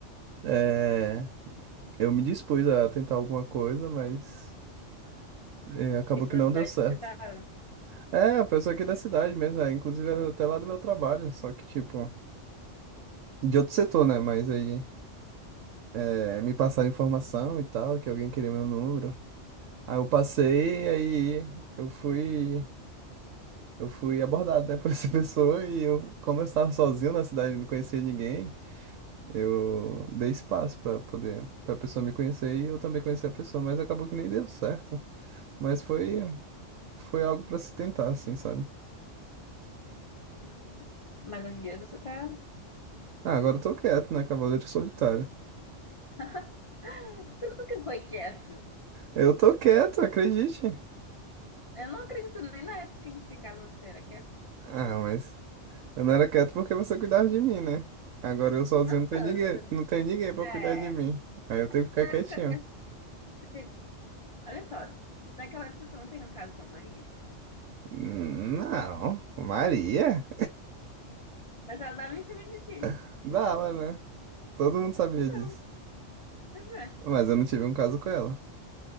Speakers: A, on the right (about 80°); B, on the left (about 55°).
A: É, eu me dispus a tentar alguma coisa, mas é, acabou
B: Isso
A: que
B: na
A: não
B: cidade
A: deu certo.
B: que você tava?
A: É, a pessoa aqui da cidade mesmo, é, inclusive era até lá do meu trabalho, só que tipo, de outro setor, né? Mas aí é, me passaram informação e tal, que alguém queria meu número. Aí eu passei, aí eu fui, eu fui abordado, né, por essa <laughs> pessoa e eu, como eu estava sozinho na cidade, não conhecia ninguém. Eu dei espaço pra poder para pessoa me conhecer e eu também conhecer a pessoa, mas acabou que nem deu certo. Mas foi foi algo pra se tentar, assim, sabe?
B: Hum. Mas hoje em dia você tá.
A: Ah, agora eu tô quieto, né, Cavaleiro Solitário?
B: <laughs> Você nunca foi quieto.
A: Eu tô quieto, acredite.
B: Eu não acredito nem na época que a gente ficava, você era quieto.
A: Ah, mas eu não era quieto porque você cuidava de mim, né? Agora eu sozinho
B: Não
A: não tem
B: tanto
A: ninguém,
B: também.
A: não tem ninguém para
B: É,
A: cuidar de mim.
B: na
A: Aí eu tenho que ficar
B: época,
A: quietinho.
B: eu sempre teve... Olha só, naquela época você não teve um caso com a Maria,
A: Não, Maria?
B: mas ela dava em cima de ti.
A: <laughs> Dava, né? Todo mundo sabia
B: Então,
A: disso.
B: pois é,
A: Mas eu não tive um caso com ela.